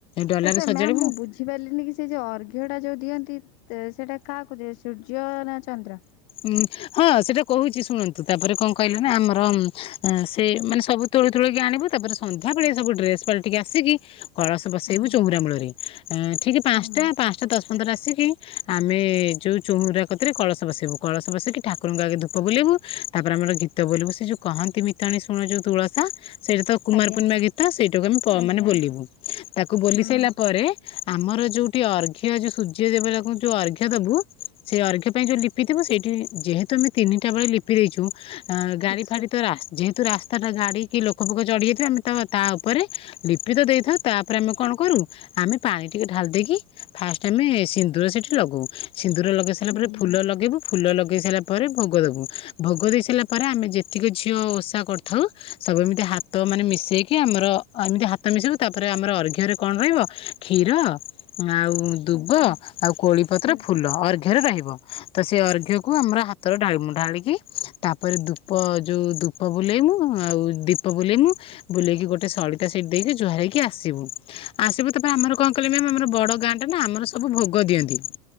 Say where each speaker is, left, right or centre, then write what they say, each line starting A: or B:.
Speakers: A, on the left; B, on the left.
A: ଡଲାରେ
B: ଆଚ୍ଛା
A: ସଜାଡ଼ିବୁ
B: ମ୍ୟାମ ମୁଁ ବୁଝି ପାରିଲିନି କି ସେ ଯଉ ଅର୍ଘ ଟା ଯୋଉ ଦିଅନ୍ତି। ତ ସେଇଟା କାହାକୁ ଯେ ସୂର୍ଯ୍ୟ ନା ଚନ୍ଦ୍ର।
A: ଉଁ ହଁ ସେଇଟା କହୁଛି ଶୁଣନ୍ତୁ ତାପରେ କଣ କହିଲେ ନା ଆମର ସେ ମାନେ ସବୁ ତୋଳି ତୋଳ କି ଆଣିବୁ ତାପରେ ସନ୍ଳେ ସବୁ ଡେସ ଟିକେ ଆସିକି କଳସ ବସାଇବୁ
B: ହଁ
A: ଚଙ୍ଗୁରା ମୂଳରେ ଠିକ ପାଞ୍ଚଟା
B: ହୁଁ
A: ପାଞ୍ଚଟା ଦଶ ପନ୍ଦର ଆସିକି। ଆମେ ଯୋଉ <unintelligible> କତିରେ କଳସ ବସିବୁ କଳସ ବସିକି ଠାକୁରଙ୍କୁ ଆଗେ ଧୂପ ବୁଲବୁ ତାପରେ ଆମର ଗୀତ ବୁଲିବୁ ସେ ଯୋଉ କହନ୍ତି ମିତାଣୀ ଶୁଣ ଯୋଉ ତୁଳସା। ସେଇଟା ତ କୁମାର
B: ଆଜ୍ଞା
A: ପୂର୍ଣ୍ଣିମା ଗୀତ ସେଇଟାକୁ ଆମେ
B: ଆଜ୍ଞା
A: ମାନେ ବୋଲିବୁ ତାକୁ ବୁଲି
B: ହୁଁ
A: ସାରିଲା ପରେ ଆମର ଯୋଉଠି ଅର୍ଘ ଯଉ ସୂର୍ଯ୍ୟ ଦେବକୁ ଯୋଉ ଅର୍ଘ୍ୟ ଦବୁ ସେଇ ଅର୍ଘ୍ୟ ପାଇଁ ଯୋଉ ଲିପିଥିବ ସେଇଠି ଯେହେତୁ ଆମେ ତିନିଟା ବଳେ ଲିପି ଦେଇଛୁ। ଗାଡି
B: ଅଛି।
A: ଫାଡି ତ ଯେହେତୁ ରାସ୍ତାଟା ଗାଡି କି ଲୋକ। ପୋକ ପୋକ ଚଢଡିଯ ଯଥଥିବା ଆମେ ତ ତା ଉପରେ ଲିପି ତ ଦେଇଥାଉ ତାପରେ ଆମେ କଣ କରୁ ଆମେ ପାଣି ଟିକେ ଢାଲି ଦେଇକି ଫାଷ୍ଟ ଆମେ ସିନ୍ଦୁର ସେଠି ଲଗାଉ। ସିନ୍ଦୁର ଲଗେଇ ସାରିଲା
B: ହୁଁ
A: ପରେ ଫୁଲଗ ଫୁଲ ଲଗେଇ ସାରିଲା ପରେ ଭୋଗ ଦେବୁ ଭୋଗ ଦେଇ ସାରିଲା ପରେ ଆମେ ଯେତିକି ଝିଅ ଓଷା କରିଥାଉ ସବୁ ଏମିତି ହାତ ମାନେ ମିଶାଇକି ଆମର ଏମିତି ହାତ ମିଶବୁ ତାପରେ ଆମର ଅର୍ଘ୍ୟରେ କଣ ରହିବ କ୍ଷୀର ଆଉ ଦୁବ
B: ଆଚ୍ଛା
A: ଆଉ କୋଳି ପତ୍ର
B: ହୁଁ
A: ଫୁଲ ଅର୍ଘରେ ରହିବ। ତ ସେ ଅର୍ଘ୍ୟକୁ ଆମର ହାତ ଢାଳ- ଢାଳିକି ତାପରେ ଧୂପ ଯେଉଁ ଧୂପ ବୁଲେଇମୁ ଆଉ ଦୀପ ବୁଲେଇମୁ ବୁକି ଗୋଟେ ସଳିତା ସଇଠ ଦେଇକି ଜୁହରକି ଆସିବୁ। ଆସିବୁ ତାପରେ ଆମର କଣ କଲେ ମ୍ୟାମ୍ ଆମର ବଡ଼ ଗାଁଟା ନା ଆମର ସବୁ ଭୋଗ ଦିଅନ୍ତି